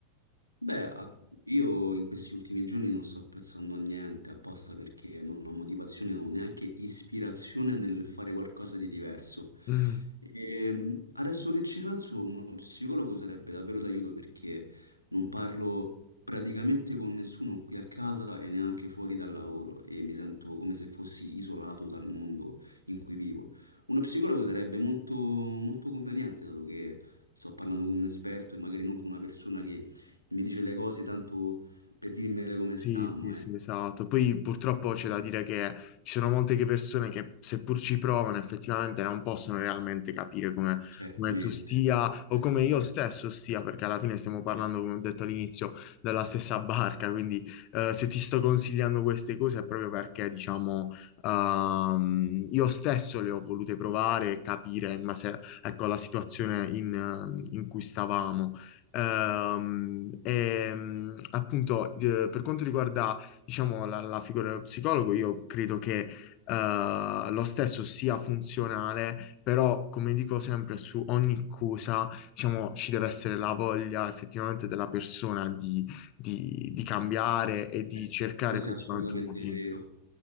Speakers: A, on the left; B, on the left.
A: Beh, a- io in questi ultimi giorni non sto apprezzando niente apposta perché non ho motivazione, non ho neanche ispirazione nel fare qualcosa di diverso.
B: Mm.
A: Ehm, adesso che ci penso, uno psicologo sarebbe davvero d'aiuto perché non parlo praticamente con nessuno qui a casa e neanche fuori dal lavoro e mi sento come se fossi isolato dal mondo in cui vivo. Uno psicologo sarebbe molto, molto conveniente, dato che sto parlando con un esperto e magari non con una persona che mi dice le cose tanto per dirmele come stanno,
B: Sì, sì,
A: ecco.
B: sì, esatto. Poi purtroppo c'è da dire che ci sono molte che persone che seppur ci provano effettivamente non possono realmente capire come,
A: Certamente,
B: come tu stia o
A: certamente.
B: come io stesso stia, perché alla fine stiamo parlando, come ho detto all'inizio, dalla stessa barca, quindi eh, se ti sto consigliando queste cose è proprio perché, diciamo, ehm, io stesso le ho volute provare e capire in base, ecco, alla situazione in in cui stavamo. Ehm, ehm, appunto, eh, per quanto riguarda, diciamo, la, la figura dello psicologo, io credo che eh, lo stesso sia funzionale, però, come dico sempre, su ogni cosa, diciamo, ci deve essere la voglia effettivamente della persona di, di- di cambiare e di
A: Eh,
B: cercare
A: Questo
B: effettivamente
A: è assolutamente
B: un motivo.
A: vero.